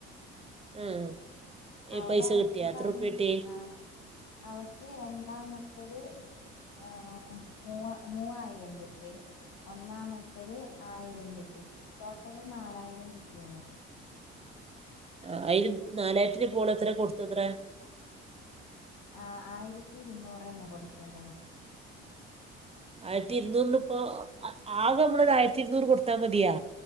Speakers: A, on the right; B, on the left.
A: ആഹ് ഈ
B: അവളൊറപ്പ്
A: പൈസ കിട്ടിയാ
B: പർ
A: എത്ര റുപ്യ കിട്ടി
B: ആഹ് അവക്ക് രണ്ടാമ ത്തത് ആഹ് മൂ മൂവായിരം കിട്ടി ഒന്നാമത്തത് ആയിരം കിട്ടി. ടോട്ടല് നാലായിരം കിട്ടിയൊള്ളു.
A: അ അയിന് നാലായിര്ന് പോണത്ര കൊടുത്തത്ര?
B: ആ ആയിരത്തി ഇരുന്നൂറന്നെ കൊടുക്കേണ്ടത്.
A: ആയിരത്തി ഇരുന്നൂറിന് ഇപ്പൊ ആകെ നമ്മളൊരു ആയിരത്തി ഇരുന്നൂറ് കൊടുത്താ മതിയാ.